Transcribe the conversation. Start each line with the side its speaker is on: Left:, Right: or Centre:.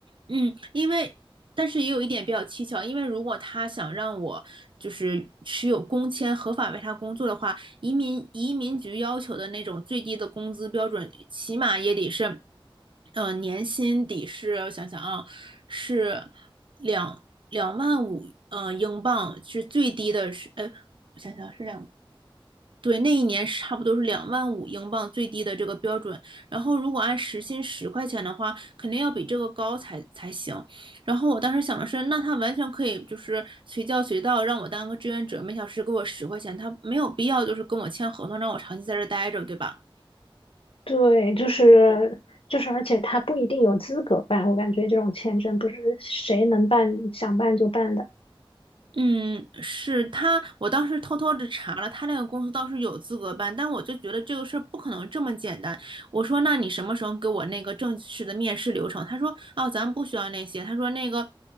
Right: 嗯，因为但是也有一点比较蹊跷，因为如果他想让我就是持有工签合法为他工作的话，移民移民局要求的那种最低的工资标准，起码也得是，呃，年薪得是，我想想啊，是两两万五，呃，英镑是最低的是，呃，我想想是两对，那一年是差不多是两万五英镑最低的这个标准，然后如果按时薪十块钱的话，肯定要比这个高才才行。然后我当时想的是，那他完全可以就是随叫随到，让我当个志愿者，每小时给我十块钱，他没有必要就是跟我签合同，让我长期在这儿待着，对吧？
Left: 对，就是就是，而且他不一定有资格办，我感觉这种签证不是谁能办想办就办的。
Right: 嗯，是他，我当时偷偷的查了，他那个公司倒是有资格办，但我就觉得这个事儿不可能这么简单。我说，那你什么时候给我那个正式的面试流程？他说，哦，咱们不需要那些。他说，那个